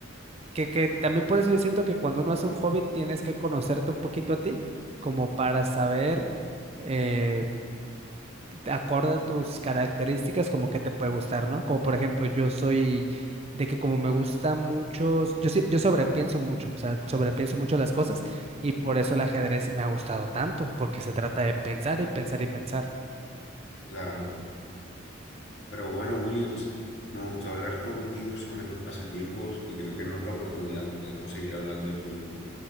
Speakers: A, on the right; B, on the left.
A: que, que también por eso yo siento que cuando uno hace un hobby tienes que conocerte un poquito a ti, como para saber, eh, acorde a tus características, como que te puede gustar, ¿no? Como por ejemplo, yo soy de que como me gusta mucho, yo, sí- yo sobrepienso mucho, o sea, sobrepienso mucho las cosas y por eso el ajedrez me ha gustado tanto, porque se trata de pensar y pensar y pensar.
B: Claro. Pero bueno, Williams, me gustó hablar contigo sobre tus pasatiempos y creo que en otra oportunidad podemos seguir hablando de lo mismo.